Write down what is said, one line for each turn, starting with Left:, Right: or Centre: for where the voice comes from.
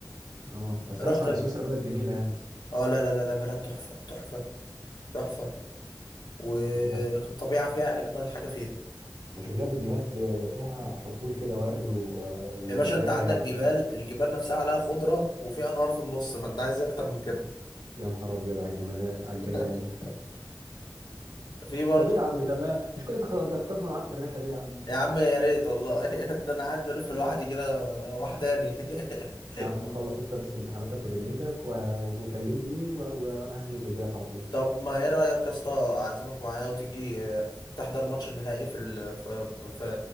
Right: اه بس
Left: رحت
Right: انا اسمع ان
Left: ب-
Right: سويسرا بلد جميله يعني
Left: اه لا لا لا لا بلد تحفه تحفه تحفه والطبيعه
Right: بشوف لها
Left: فيها اجمل حاجه فيها
Right: بشوف لها فيديوهات آه، فيها حقول كده ورد و- ومزارع
Left: يا باشا انت عندك جبال الجبال نفسها عليها خضره وفي انهار في النص فانت عايز ايه اكتر من كده
Right: يا نهار ابيض على الجمال على الجمال
Left: <laughs> في برضو
Right: طب ايه يا عم طب ما- مش كنت تخ- تخطفنا معاك في الرحله دي يا عم
Left: يا عم يا ريت والله <laughs> ده انا قاعد بلف لوحدي كده وحداني <laughs>
Right: يا عم خلص انت بس امتحاناتك ودنيتك و... وكلمني و... و... وانا هحجز واجي لك على طول
Left: طب ما ايه رأيك يا اسطى اعزمك معايا وتيجي آه، تحضر ماتش النهائي في ال في في